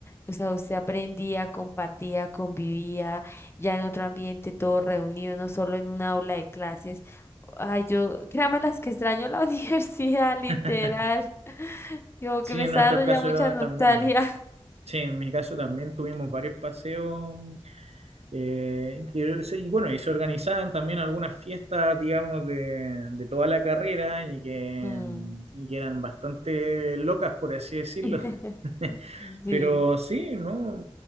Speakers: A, on the left (about 25°); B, on the right (about 85°).
A: O sea, usted aprendía, compartía, convivía ya en otro ambiente, todo reunido, no solo en una aula de clases. Ay, yo, créame las que extraño la <laughs> universidad, literal.
B: <laughs>
A: <laughs> Como
B: Sí,
A: que me
B: en
A: está
B: nuestro
A: dando
B: caso
A: ya mucha nostalgia.
B: también. Sí, en mi caso también tuvimos varios paseos. eh, que se- y bueno, y se organizaban también algunas fiestas, digamos, de, de toda la carrera y que,
A: Mm.
B: y que eran bastante locas, por así decirlo.
A: <laughs>
B: <laughs>
A: Sí,
B: Pero sí, ¿no?